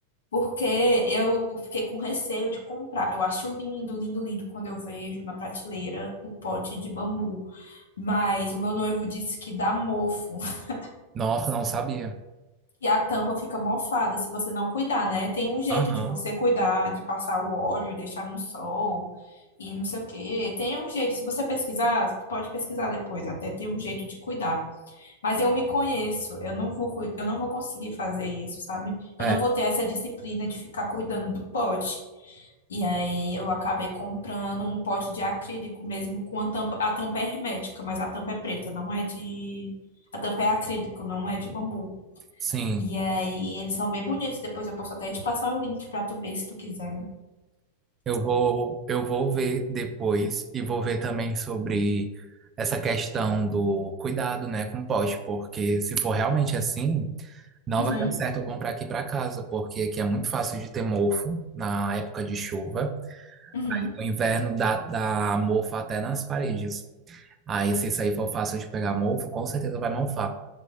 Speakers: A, on the left (about 65°); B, on the right (about 25°).
A: Porque eu fiquei com receio de comprar. Eu acho lindo, lindo, lindo quando eu vejo na prateleira o pote de bambu. Mas o meu noivo disse que dá mofo. <laughs>
B: Nossa, não sabia.
A: E a tampa fica mofada se você não cuidar, né? Tem um jeito
B: Aham.
A: de você cuidar, de passar o óleo e deixar no sol e não sei o quê. Tem um jeito. Se você pesquisar, pode pesquisar depois. Até tem um jeito de cuidar. Mas eu me conheço, eu não vou, cui- eu não vou conseguir fazer isso, sabe? Eu
B: É.
A: não vou ter essa disciplina de ficar cuidando do pote. E aí eu acabei comprando um pote de acrílico mesmo com a tampa, a tampa é hermética, mas a tampa é preta, não é de, a tampa é acrílico, não é de bambu.
B: Sim,
A: E aí eles são bem bonitos, depois eu posso até te passar o link pra tu ver se tu quiser.
B: eu vou, eu vou ver depois e vou ver também sobre essa questão do cuidado, né, com o poste, porque se for realmente assim, não
A: Uhum,
B: vai dar certo eu comprar aqui para casa, porque aqui é muito fácil de ter mofo na época de chuva.
A: uhum,
B: No inverno dá, dá mofo até nas paredes. Aí, se isso aí for fácil de pegar mofo, com certeza vai mofar.